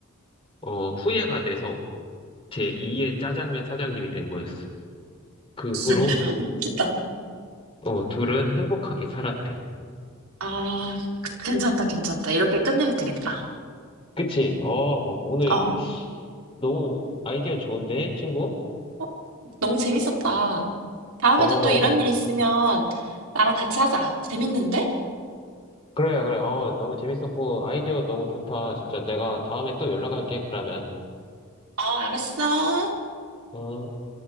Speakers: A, on the left; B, on the right.
A: 어, 후예가 돼서 제2의 짜장면 사장님이 된 거였어. 그
B: <laughs>
A: 후로
B: 기다.
A: 어, 둘은 행복하게 살았대.
B: 아, 괜찮다, 괜찮다. 이렇게 끝내면 되겠다.
A: 그치? 어, 오늘
B: 어,
A: 너무 아이디어 좋은데, 친구?
B: 어, 너무 재밌었다. 다음에도
A: 어,
B: 또 이런 일 있으면 나랑 같이 하자. 재밌는데?
A: 그래, 그래. 어, 너무 재밌었고, 아이디어 너무 좋다. 진짜 내가 다음에 또 연락할게, 그러면.
B: 어, 알았어.
A: 어.